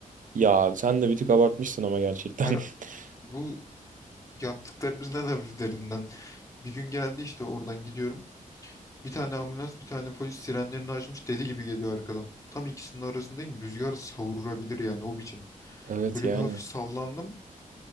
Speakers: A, on the right; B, on the left.
A: Ya sen de bir tık abartmışsın ama gerçekten.
B: Her
A: <laughs>
B: bu yaptıklarımızın en hafiflerinden. Bir gün geldi işte oradan gidiyorum. Bir tane ambulans, bir tane polis sirenlerini açmış deli gibi geliyor arkadan. Tam ikisinin arasındayım. Rüzgar savurabilir yani o biçim.
A: Evet
B: Böyle
A: yani.
B: bir hafif sallandım